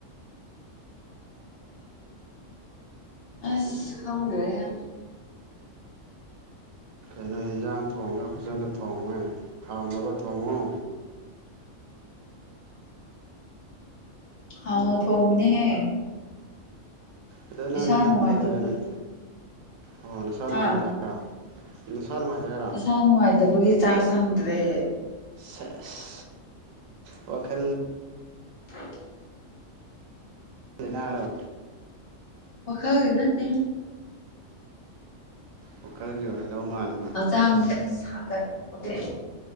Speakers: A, on the left; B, on the right.
A: ꯑꯣ <inaudible> ꯑꯁ ꯈꯪꯗ꯭ꯔꯦꯍꯦ
B: ꯀꯩꯅꯣ ꯑꯦꯟꯖꯥꯡ ꯊꯣꯡꯉ ꯐꯖꯅ ꯊꯣꯡꯉꯦ ꯍꯥꯎꯅꯕ ꯊꯣꯡꯉꯨ
A: ꯍꯥꯎꯅ ꯊꯣꯡꯕꯅꯦꯍꯦ
B: ꯑꯗꯣ ꯅꯪ
A: ꯏꯁꯥ
B: ꯅꯊꯟꯗ
A: ꯅꯨꯡꯉꯥꯏꯇꯕ
B: ꯑꯣꯏꯕꯩ ꯑꯣ ꯅꯁꯥ
A: ꯍꯥ
B: ꯅꯨꯡꯉꯥꯏꯇꯦ ꯍꯥꯢꯔꯣ ꯅꯨꯡꯉꯥꯏꯇꯦ ꯍꯥꯢꯔꯣ
A: ꯏꯁꯥ ꯅꯨꯡꯉꯥꯏꯇꯕꯒꯤ ꯆꯥꯛ ꯆꯪꯗ꯭ꯔꯦ
B: ꯁꯦꯁ ꯋꯥꯈꯜ
A: ꯇ <inaudible>
B: ꯋꯈꯥꯜ ꯂꯩꯅꯔꯣ
A: ꯋꯈꯥꯜꯒꯤ ꯅꯠꯇꯦꯍꯦ
B: ꯋꯥꯈꯜꯒꯤ ꯑꯣꯏꯒꯗꯧ ꯃꯜꯂꯤꯍꯦ
A: ꯍꯛꯆꯥꯡꯁꯦ ꯁꯥꯒꯠꯄꯒꯤ